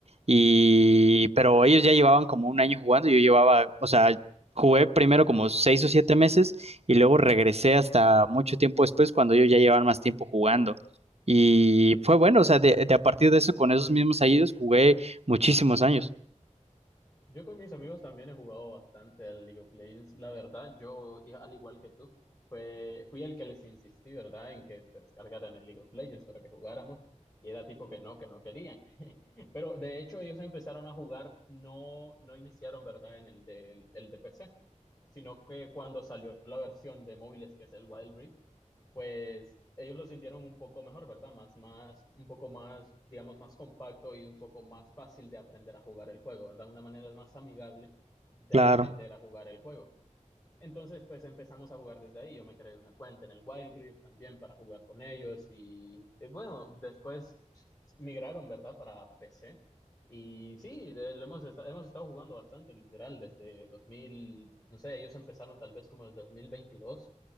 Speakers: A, on the right; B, on the left.
A: y, pero ellos ya llevaban como un año jugando, yo llevaba, o sea... Jugué primero como seis o siete meses y luego regresé hasta mucho tiempo después cuando ellos ya llevaban más tiempo jugando. Y fue bueno, o sea, de, de a partir de eso, con esos mismos años, jugué muchísimos años.
B: Yo con mis amigos también he jugado bastante al League of Legends. La verdad, yo, i- al igual que tú, fue fui el que les insistí, ¿verdad? En que se descargaran el League of Legends para que jugáramos. Y era tipo que no, que no querían. <laughs> Pero de hecho ellos empezaron a jugar, no, no iniciaron, ¿verdad? En el de, el de PC. sino que cuando salió la versión de móviles, que es el Wild Rift, pues ellos lo sintieron un poco mejor, ¿verdad? Más, más, un poco más, digamos, más compacto y un poco más fácil de aprender a jugar el juego, ¿verdad? Una manera más amigable de
A: Claro,
B: aprender a jugar el juego. Entonces, pues empezamos a jugar desde ahí. Yo me creé una cuenta en el Wild Rift también para jugar con ellos y, eh, bueno, después migraron, ¿verdad? Para PC. Y sí, eh, lo hemos, esta- hemos estado jugando bastante, literal, desde 2000. no sé, ellos empezaron tal vez como desde 2022